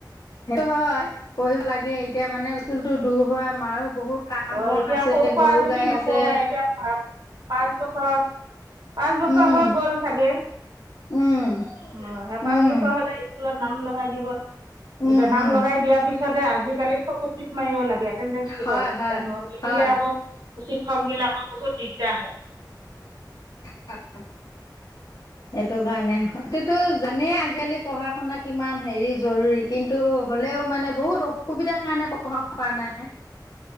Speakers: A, on the left; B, on the right.
A: সেইটো হয়, পঢ়িব লাগে এতিয়া মানে স্কুলটো দূৰ হয় মাৰো বহুত কাম
B: অ',
A: বন
B: এতিয়া
A: আছে
B: সৰুৰ
A: গৰু
B: পৰা যদি
A: গাই
B: নপঢ়ে
A: আছে
B: এতিয়া পাঁচ বছৰ পাঁচ বছৰ
A: উম
B: হৈ গ'ল চাগে অ',
A: উম
B: সেই পাঁচ
A: উম
B: বছৰ হ'লে স্কুলত নাম লগাই দিব,
A: উম
B: এতিয়া
A: উম
B: নাম লগাই দিয়াৰ পিছতে আজিকালি চকু টিপ মাৰিব লাগে। এটেন্ডেঞ্চ দিব
A: হয়
B: লাগে
A: হয়
B: ন', নিদিলে
A: হয়
B: আকৌ শিক্ষক বিলাকৰ বহুত দিগদাৰ হয়।
A: <unintelligible> সেইটো কাৰণে এইটোতো জানেই আজিকালি পঢ়া-শুনা কিমান হেৰি জৰুৰী। কিন্তু হ'লেও মানে বহুত অসুবিধাৰ কাৰণে পঢ়া হোৱা নাই